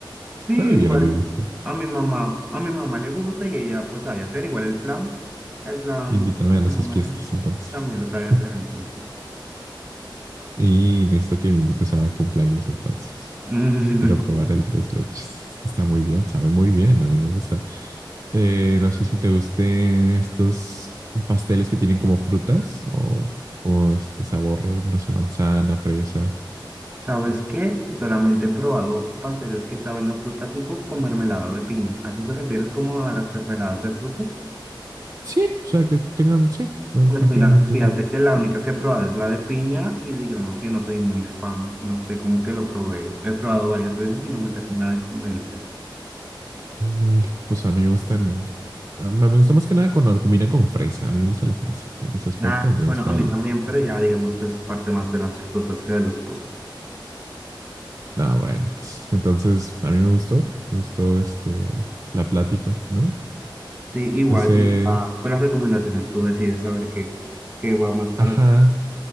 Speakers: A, on the right; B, on the right.
A: Sí,
B: sabe bien,
A: igual,
B: a mí me gusta.
A: a mi mamá, a mi mamá le gusta y ella pues sabe hacer, igual el flan, el flan,
B: Invítame
A: a mi
B: a esas
A: mamá
B: fiestas
A: le gusta,
B: entonces.
A: también lo sabe
B: <laughs>
A: hacer, entonces.
B: Y necesito que me invites a cumpleaños entonces.
A: <laughs>
B: Quiero probar el tres leches. Es que está muy bien, sabe muy bien, a mí me gusta. Eh, no sé si te gusten estos pasteles que tienen como frutas o como este sabor, no sé, manzana, fresa.
A: ¿Sabes qué? Solamente he probado pasteles que saben a fruta tipo con mermelada de piña. ¿A eso te refieres como a las mermeladas de frutas?
B: Sí, o sea, que tengan, sí, efectivamente,
A: Pues mira, fíjate
B: yo,
A: que la única que he probado es la de piña y digamos que no soy muy fan. No sé cómo que lo probé. Lo he probado varias veces y no me termina de convencer.
B: uy, pues a mí me gustan, a mí me gusta más que nada cuando lo combinan con fresa, a mí me gusta la fresa en ese aspecto,
A: Ah,
B: me
A: bueno,
B: gusta
A: a mí
B: el-
A: también, pero ya digamos que es parte más de las frutas que de los postres.
B: No, bueno, pues entonces a mí me gustó, me gustó este la plática, ¿no?
A: Sí, igual,
B: No sé,
A: y, ah, con las recomendaciones tú decides saber qué, qué va más para
B: ajá,
A: ti.